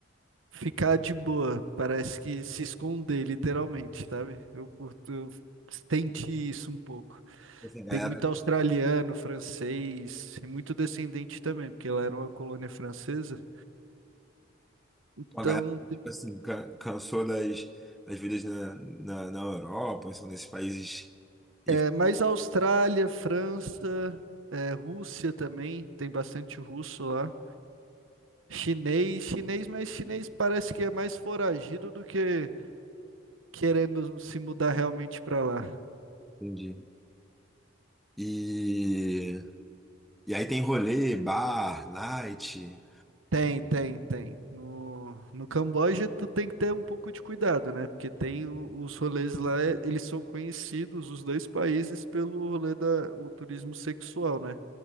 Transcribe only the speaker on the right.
ficar de boa. Parece que se esconder, literalmente, sabe? Eu curto, eu senti isso um pouco.
Tem muito australiano, francês, e muito descendente também, porque lá era uma colônia francesa. Então,
É, mas a Austrália, França, é, Rússia também, tem bastante russo lá. Chinês, chinês, mas chinês parece que é mais foragido do que querendo se mudar realmente para lá.
Tem, tem, tem. No, no Camboja, tu tem que ter um pouco de cuidado, né? Porque tem o- os rolês lá, é- eles são conhecidos, os dois países, pelo rolê da, o turismo sexual, né?